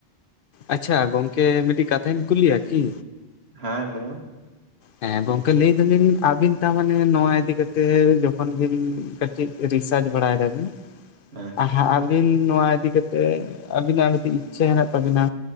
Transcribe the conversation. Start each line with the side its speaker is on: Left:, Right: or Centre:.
Left: ᱟᱪᱪᱷᱟ ᱜᱚᱝᱠᱮ ᱢᱤᱫᱴᱤᱡ ᱠᱟᱛᱷᱟᱧ ᱠᱩᱞᱤᱭᱟ ᱠᱤ?
Right: ᱦᱮᱸ ᱞᱟᱹᱭ ᱢᱮ ᱾
Left: ᱦᱮᱸ ᱜᱚᱝᱠᱮ ᱞᱟᱹᱭ ᱫᱟᱞᱤᱱ ᱟᱹᱵᱤᱱ ᱛᱟ ᱢᱟᱱᱮ ᱱᱚᱣᱟ ᱤᱫᱤ ᱠᱟᱛᱮ ᱡᱚᱠᱷᱚᱱ ᱵᱤᱱ ᱠᱟᱹᱴᱤᱡ ᱨᱤᱥᱟᱨᱪ ᱵᱟᱲᱟᱭ ᱫᱟᱵᱤᱱ
Right: ᱦᱮᱸ ᱾
Left: ᱦᱟ ᱟᱹᱵᱤᱱ ᱱᱚᱣᱟ ᱤᱫᱤ ᱠᱟᱛᱮᱜ ᱟᱹᱵᱤᱱᱟᱜ ᱢᱤᱴᱤᱡ ᱤᱪᱪᱷᱟᱹ ᱦᱮᱱᱟᱜ ᱛᱟᱵᱤᱱᱟ